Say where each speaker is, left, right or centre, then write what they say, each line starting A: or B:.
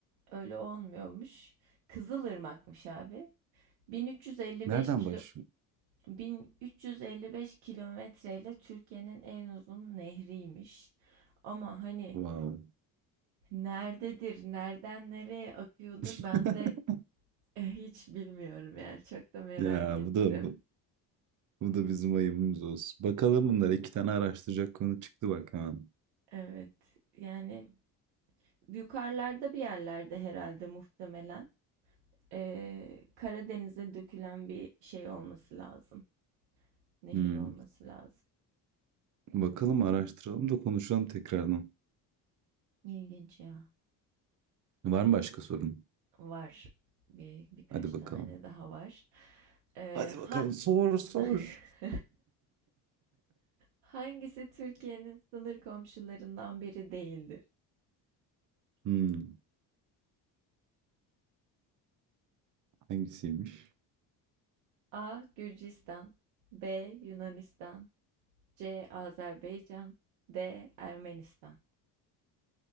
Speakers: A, on the right; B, on the right.
A: öyle olmuyormuş. Kızılırmak'mış abi. 1355
B: Nereden
A: kilo
B: başlıyor?
A: 1355 kilometreyle Türkiye'nin en uzun nehriymiş. Ama hani
B: Wow.
A: Nerededir, nereden nereye akıyordur
B: <laughs>
A: ben de eh, hiç bilmiyorum yani çok da merak
B: Ya
A: ettim.
B: bu da bu, bu da bizim ayıbımız olsun. Bakalım bunlar iki tane araştıracak konu çıktı bak hemen.
A: Evet yani yukarılarda bir yerlerde herhalde muhtemelen Ee, Karadeniz'e dökülen bir şey olması lazım. Nehir
B: Hmm.
A: olması lazım.
B: Bakalım araştıralım da konuşalım tekrardan.
A: İlginç ya.
B: Var mı başka sorun?
A: Var bir birkaç
B: Hadi
A: tane
B: bakalım.
A: daha var. Ee,
B: Hadi
A: ha
B: bakalım sor sor.
A: <laughs> Hangisi Türkiye'nin sınır komşularından biri değildir?
B: Hmm, hangisiymiş?
A: A. Gürcistan B. Yunanistan C. Azerbaycan D. Ermenistan